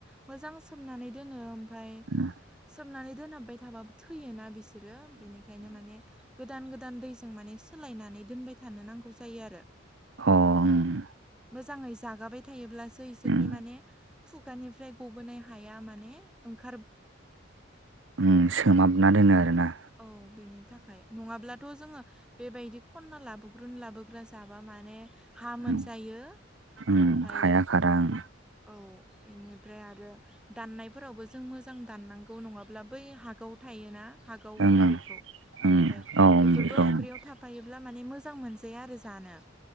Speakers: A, in the centre; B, on the right.
A: मोजां सोमनानै दोनो ओमफ्राय
B: उम
A: सोमहाब नानै दोनहाबबाय थाबाबो थैयोना बिसोरो बेनिखायनो माने गोदान गोदान दैजों माने सोलायनानै दोनबाय थानो नांगौ जायो आरो।
B: अ उम
A: मोजाङै जागाबाय थायोब्लासो इसोरनि
B: उम
A: माने- खुगानिफ्राय गबोनाय हाया माने ओंखार
B: ओम सोमाबना दोनो आरो ना।
A: औ बेनि थाखाय नङाब्लाथ' जोङो बेबायदि खनना लाबोग्रोन लाबोग्रा जाबा माने हा मोनजायो
B: उम उम
A: ओमफ्रायो
B: हाया खारा ओं
A: औव। बेनिफ्राय आरो दाननायफोरावबो जों मोजां दाननांगौ नङाब्ला बै हागाव थायोना हागाव होनो
B: ओं ओं
A: बेखौ।
B: ओं
A: ओमफ्राय
B: औ
A: बेफोरबो
B: बेखौ ओं
A: ओंख्रियाव थाफायोब्ला माने मोजां मोनजाया आरो जानो